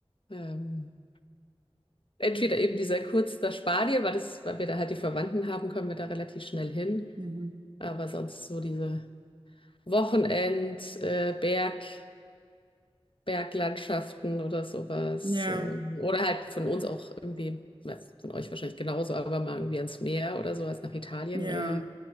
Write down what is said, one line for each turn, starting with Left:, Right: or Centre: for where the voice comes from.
Left: ähm, entweder eben dieser Kurz nach Spanien, weil das, weil wir da halt die Verwandten haben, können wir da relativ schnell hin.
Right: Mhm.
Left: Aber sonst so diese Wochenend, äh, Berg. Berglandschaften oder sowas.
Right: Ja,
Left: ähm, Oder halt von uns auch irgendwie, na, von euch wahrscheinlich genauso, aber mal irgendwie ans Meer oder sowas nach Italien.
Right: ja,
Left: Äh,